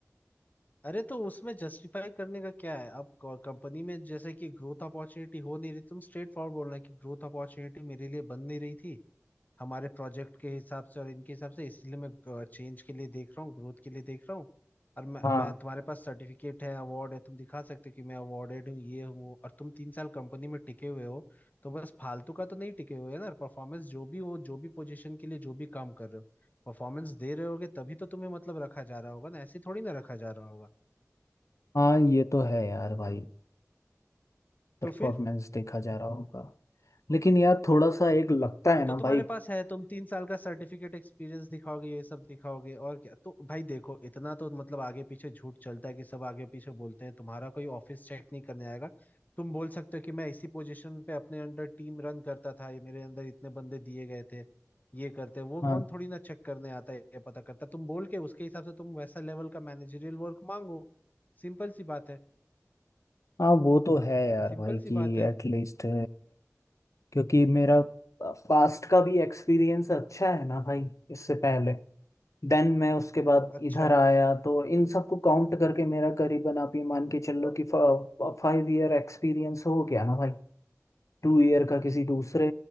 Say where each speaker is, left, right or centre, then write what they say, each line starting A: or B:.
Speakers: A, on the left; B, on the left.
A: अरे तो उसमें जस्टिफाई करने का क्या है अब कंपनी में जैसे कि ग्रोथ अपॉर्चुनिटी हो नहीं रही तुम स्ट्रेट फॉरवर्ड बोलना कि ग्रोथ अपॉर्चुनिटी मेरे लिए बन नहीं रही थी हमारे प्रोजेक्ट के हिसाब से और इनके हिसाब से इसलिए मैं चेंज के लिए देख रहा हूँ ग्रोथ के लिए देख रहा हूँ और मैं
B: हाँ
A: मैं तुम्हारे पास सर्टिफिकेट है अवार्ड है तुम दिखा सकते हो कि मैं अवार्डेड हूँ ये हूँ और तुम तीन साल कंपनी में टिके हुए हो तो बस फालतू का तो नहीं टिके हुए ना परफॉर्मेंस जो भी हो जो भी पोजीशन के लिए जो भी काम कर रहे हो परफॉर्मेंस दे रहे होगे तभी तो तुम्हें मतलब रखा जा रहा होगा ना ऐसे थोड़ी ना रखा जा रहा होगा
B: हाँ ये तो है यार भाई परफॉर्मेंस
A: तो फिर
B: देखा जा रहा होगा लेकिन यार थोड़ा सा एक लगता
A: तो वो
B: है ना
A: तो तुम्हारे
B: भाई
A: पास है तुम तीन साल का सर्टिफिकेट एक्सपीरियंस दिखाओगे ये सब दिखाओगे और क्या तो भाई देखो इतना तो मतलब आगे पीछे झूठ चलता है कि सब आगे पीछे बोलते हैं तुम्हारा कोई ऑफिस चेक नहीं करने आएगा तुम बोल सकते हो कि मैं इसी पोजीशन पे अपने अंडर टीम रन करता था ये मेरे अंदर इतने बंदे दिए गए थे ये करते वो
B: हाँ
A: कौन थोड़ी ना चेक करने आता है ये पता करता है। तुम बोल के उसके हिसाब से तुम वैसा लेवल का मैनेजरियल वर्क मांगो सिंपल सी बात है
B: हाँ वो तो है यार
A: सिंपल
B: भाई
A: सी
B: कि
A: बात है
B: एटलीस्ट क्योंकि मेरा पास्ट का भी एक्सपीरियंस अच्छा है ना भाई इससे पहले देन मैं उसके बाद
A: अच्छा
B: इधर आया तो इन सबको काउंट करके मेरा करीबन आप ये मान के चलो कि फाइव ईयर एक्सपीरियंस हो गया ना भाई टू ईयर का किसी दूसरे